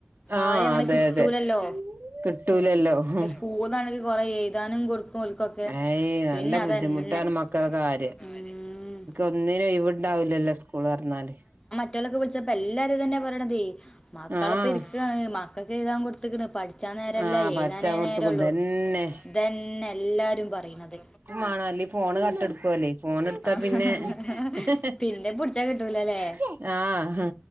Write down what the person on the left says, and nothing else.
ആരേം അങ്ങനെ
കിട്ടൂലല്ലോ.
പൂതാണെങ്കി കൊറെ എയ്താനും കൊടുക്കും. ഓൽക്കൊക്കെ
പിന്നെ
അതന്നെ
ഉം
ഈത് വിളിച്ചപ്പോ എല്ലാരും അത് തനെ പറയണതേയ് മക്കളൊപ്പിരിക്കാണ്
മക്കക്ക് ചെയ്യാൻ കൊട് ത്ത്ക്ക്‌ണ് പടി- ക്കാന്നേരല്ല
എയ്താനേ
ന്നേരൊള്ളു
ഇതനെ എല്ലാരും പറയണത്.
ആഹ്
പിന്നെ പുടിച്ചാ കിട്ടൂലല്ലേ